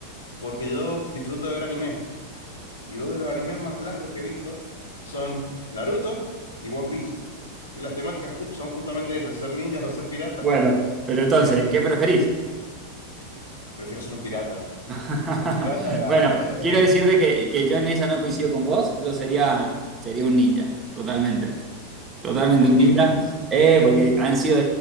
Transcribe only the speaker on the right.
Bueno, pero entonces,
¿qué preferís?
<laughs>
Bueno,
quiero
decirte que, que yo en esa no coincido con vos, yo sería, sería un ninja, totalmente. Totalmente
unida,
eh, porque han sido,